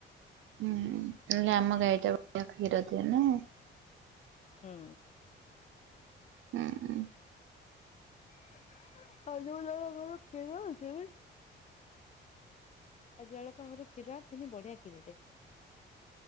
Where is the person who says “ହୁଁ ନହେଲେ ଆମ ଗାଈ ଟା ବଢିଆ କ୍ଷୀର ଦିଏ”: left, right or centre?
Right